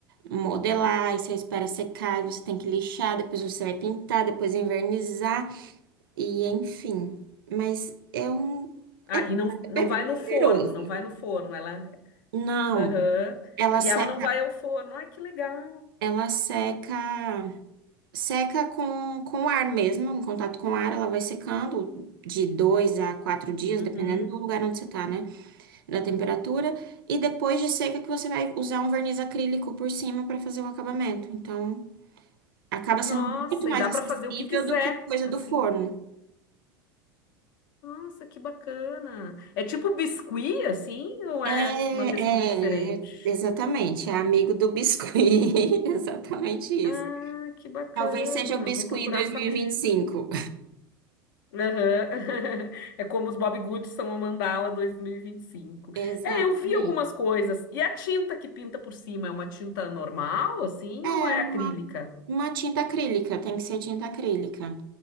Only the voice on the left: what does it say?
Ah,
e não, não
vai no forno,
não vai no forno. Ela,
Aham.
E
ela não vai ao forno. Ai, que legal.
Uhum.
Nossa,
e dá
para fazer o que quiser,
assim.
Nossa, que bacana. É tipo biscuit, assim, ou
é uma textura diferente?
Ah, que bacana.
Vou procurar
saber.
Aham. <laughs> É como os Bob Goods são a Mandala 2025.
É, eu vi algumas coisas. E a tinta que pinta por cima é uma tinta normal, assim,
ou é
acrílica?